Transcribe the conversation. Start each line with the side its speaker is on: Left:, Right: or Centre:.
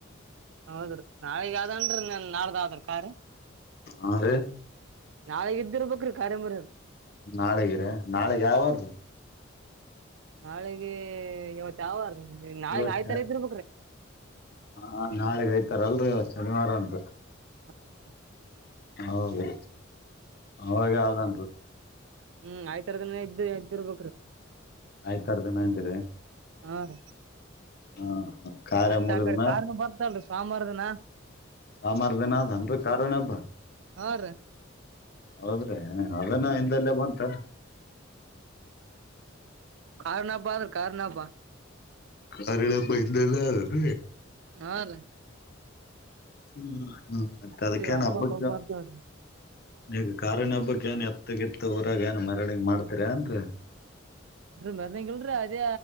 Right: ಹೌದ್ರಿ ನಾಳಗ್ ಯಾವ್ದನ್ ನಾಳ್ದಾವ್ರ ಕಾರ್.
Left: ಹ ರಿ
Right: ನಾಳೆ ಇದ್ದಿರ್ ಬೇಕ್ರಿ ನಾಳೆ ಮೂರು ಕಾರ್.
Left: ನಾಳೆಗಿರಿ ನಾಳೆಗ್ ಯಾವಾರ್ರಿ
Right: ನಾಳೆಗೆ ಇವತ್ ಯಾವಾರ ನಾಳಗ್
Left: ಇವತ್
Right: ಆಯ್ತರ ಇದಿರ್ಬೇಕ ರಿ
Left: ಹಾ ನಾಳೆಗಐ್ತರಲ್ರರಿ ಇವತ್ ಶನಿವಾರ ಅಂತ.
Right: ಹೌ
Left: ಹೌದು ಅವಾಗ ಅದನ ರಿ
Right: ಹ್ಮ್ ಆಯ್ತರದ ಇದ ಇದ್ದರ್ಬೇಕಕ್ರು.
Left: ಆಯ್ತ್ ವರ ದಿನ ಅಂದಿರಿ
Right: ಹಾ ರ
Left: ಹಾ ಕಾರ್ಯ
Right: ಮತ್ತೆ
Left: ಮುಗಿದ್ಮ್ಯಾಲ್
Right: ಆ ಕಡೆ ಕಾರ್ ಗಳು ಬರ್ದಲ್ರಿ ಸೋಮವಾರದನ.
Left: ಸೊಮಾರ ದಿನಾದ ಅನ್ರ ಕಾರಣ ಹಬ್ಬ
Right: ಹಾ ರೀ
Left: ಹೌದ್ರಿ. ಹ ಅದನ ಹಿಂದಲ್ಲೇ ಬಂತ
Right: ಕಾರಾರ್ಣ ಬ ಆದ್ರೆ ಕಾರ್ಣ ಬ
Left: <unintelligible>
Right: ಹಾ ರೀ
Left: ಹ್ಮ್ಮ ಹ್ಮ್ ಮತ್ತೆ
Right: ಆಯ್ತ್ರಿ
Left: ಅದಕ್ಕನ್
Right: ಹಬ್ಬ
Left: ಹಬ್ಬಕ್ಕ
Right: ಪಬ್ಬ ಬರ್ತಾವ್ರಿ
Left: ಈಗ ಕಾರಿನ ಹಬ್ಬಕ್ ಏನ್ ಎತ್ತಗಿತ್ತು ಊರಾಗ ಏನ್ ಮರಡಿಂಗ ಮಾಡ್ತೀರ ಅನ್ರಿ
Right: ಅದ್ರೀ ಮರ್ನಗಿಲ್ರರಿ ಅದೇ